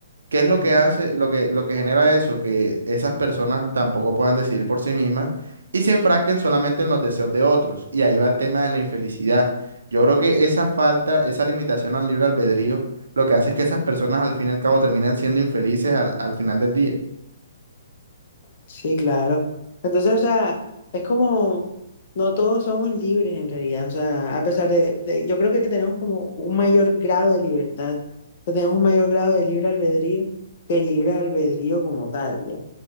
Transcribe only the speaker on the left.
Ujú.
Sí, claro. Entonces, o sea, es como, no todos somos libres en realidad, o sea, a pesar de, de- yo creo que tenemos como un mayor grado de libertad, o sea, tenemos un mayor grado de libre albedrío que el libre albedrío como tal, ya.